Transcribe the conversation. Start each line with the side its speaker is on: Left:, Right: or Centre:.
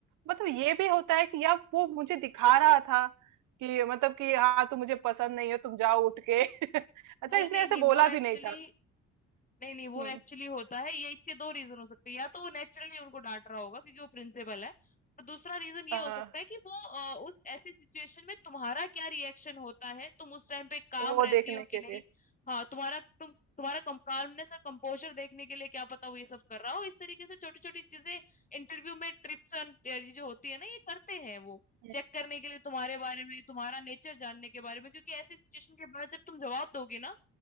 Right: मतलब ये भी होता है कि यार वो मुझे दिखा रहा था कि मतलब कि हाँ तुम मुझे पसंद नहीं हो तुम जाओ उठ के <laughs> अच्छा
Left: नहीं
Right: इसने
Left: नहीं
Right: ऐसे
Left: नहीं वो
Right: बोला
Left: एक्चुअली
Right: भी नहीं था
Left: नहीं नहीं वो
Right: हम्म
Left: एक्चुअली होता है ये इसके दो रीजन हो सकते हैं या तो वो नेचुरली उनको डांट रहा होगा क्योंकि वो प्रिंसिपल है और दूसरा रीजन ये
Right: हाँ,
Left: हो सकता है कि वो अ, उस ऐसी सिचुएशन में तुम्हारा क्या रिएक्शन होता है तुम उस टाइम पे काम
Right: वो
Left: रहती
Right: देखने
Left: हो
Right: के
Left: कि नहीं
Right: लिए
Left: हाँ तुम्हारा तुम तुम्हारा कम कामनेस और कंपोजर देखने के लिए क्या पता वो ये सब कर रहा हो इस तरीके से छोटी छोटी चीजें इंटरव्यू में ट्रिप्स एंड ये जो होती है ना ये करते हैं वो
Right: हम्म।
Left: चेक करने के लिए तुम्हारे बारे में तुम्हारा नेचर जानने के बारे में क्योंकि ऐसी सिचुएशन के बाद जब तुम जवाब दोगे ना